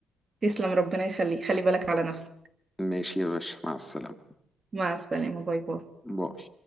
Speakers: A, on the right (about 35°); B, in the centre.
A: تسلم ربنا يخليك خلي بالك على نفسك
B: ماشي يا باشا مع السلامة
A: مع السلامة باي باي
B: باي